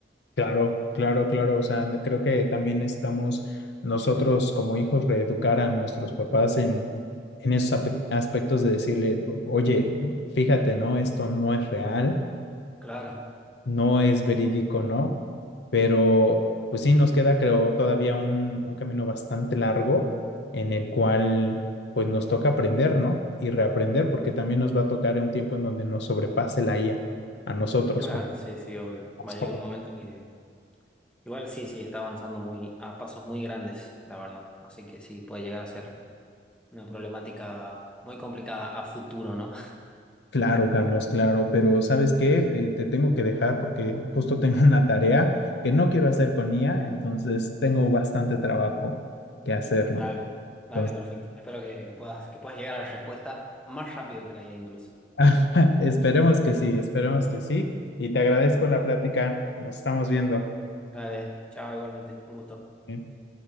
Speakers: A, on the left; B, in the centre.
A: Claro, claro, claro, o sea, creo que también necesitamos nosotros como hijos reeducar a nuestros papás en... en esos ape- aspectos de decirle, oye, fíjate, ¿no? Esto no es real,
B: Claro.
A: no es verídico, ¿no? Pero pues sí, nos queda, creo, todavía un, un camino bastante largo en el cual pues nos toca aprender, ¿no? Y reaprender, porque también nos va a tocar en un tiempo en donde nos sobrepase la IA a a nosotros
B: Claro,
A: como
B: sí, sí, obvio.
A: más
B: Va a llegar
A: jóvenes.
B: un momento que igual sí, sí, está avanzando muy a pasos muy grandes, la verdad. Así que sí, puede llegar a ser una problemática muy complicada a futuro, ¿no?
A: Claro, Carlos, claro, pero ¿sabes qué? Eh, te tengo que dejar porque justo tengo <laughs> una tarea que no quiero hacer con IA, entonces tengo bastante trabajo que
B: <laughs>
A: hacer,
B: Dale,
A: ¿no?
B: dale,
A: Entonces,
B: perfecto. Espero que, que puedas, que puedas llegar a la respuesta más rápido que la IA incluso.
A: <laughs> Esperemos que sí, esperemos que sí. Y te agradezco la plática. Nos estamos viendo.
B: Dale, chao, igualmente. Un gusto.
A: Ok.